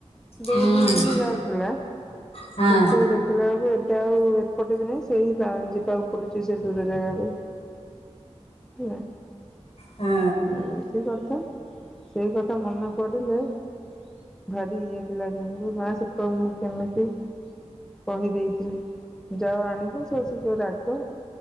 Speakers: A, in the centre; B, on the left.
A: ଦେଇ
B: ହୁଁ
A: ଦେଇେଇକିନି ଯାଉଥିଲା।
B: ହଁ
A: କିନ୍ତୁ ଦେଖିଲା ବେଳକୁ ଏବେ ଏତେ ଆଉ ଏପଟେ ବି ନାହିଁ। ସେଇ ଗାଁ, ଯିବାକୁ ପଡୁଛି ସେ ଦୂର ଜାଗାକୁ। ହେଲା।
B: ହଁ
A: ତ ଏମିତି କଥା। ସେଇ କଥା ମନେ ପଡିଲେ ଭା ଇଏ ବି ଲାଗେ, ନା ସେପ-ମୁଁ କେମିତି କହିଦେଇଥିଲି। ଯାଉ ଆଣିବୁ ସେ ସବୁ ଯୋଉ ରାଗ,